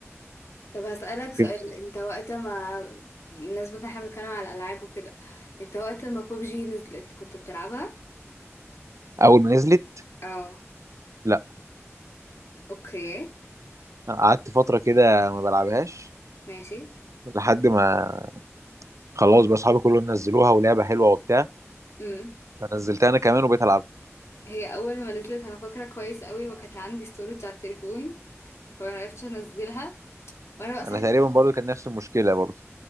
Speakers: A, on the left; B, on the right.
A: طب هسألك سؤال
B: في-
A: انت وقت ما بالنسبة ان احنا بنتكلم على الالعاب وكده انت وقت ما بوبجي نزلت كنت بتلعبها
B: اول ما نزلت
A: اه
B: لا
A: اوكي
B: قعدت فتره كده ما بلعبهاش
A: ماشي
B: لحد ما خلاص بقى اصحابي كلهم نزلوها ولعبه حلوه وبتاع
A: امم
B: فنزلتها انا كمان وبقيت العبها
A: هي اول ما نزلت انا فاكرة كويس قوي ما كانش عندي ستورج على التليفون فما عرفتش انزلها وانا بقى ساعتها
B: انا تقريبا برضو كان نفس المشكله برضو